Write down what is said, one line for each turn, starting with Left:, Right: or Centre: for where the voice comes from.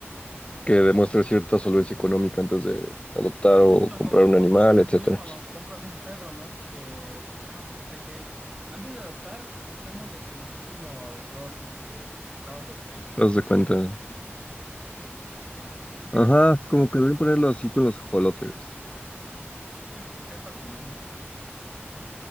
Left: que demuestre cierta solvencia económica antes de adoptar
Right: Ah, justo,
Left: o comprar
Right: como
Left: un
Right: cuando
Left: animal,
Right: estás en un
Left: etcétera.
Right: estudio cuando compras un perro, ¿no? Que, ah, pues de que antes de adoptar necesitamos de que los últimos dos, este, estados de cuenta.
Left: ¿Te das
Right: Pues,
Left: de cuenta?
Right: pues que
Left: Ajá,
Right: es,
Left: como que deben ponerlo así con los ajolotes.
Right: sí, pues porque es patrimonio cultural.